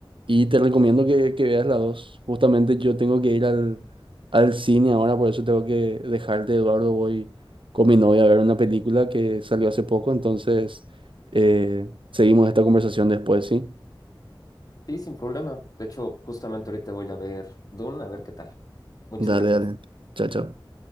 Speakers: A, on the right; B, on the left.
A: y te recomiendo que, que veas la dos Justamente yo tengo que ir al, al cine ahora, por eso tengo que dejarte, Eduardo, voy con mi novia a ver una película que salió hace poco, entonces eh, seguimos esta conversación después, ¿sí?
B: Sí, sin problema. De hecho, justamente ahorita voy a ver Dune, a ver qué tal. Muchas
A: Dale,
B: gracias.
A: dale. Chao, chao.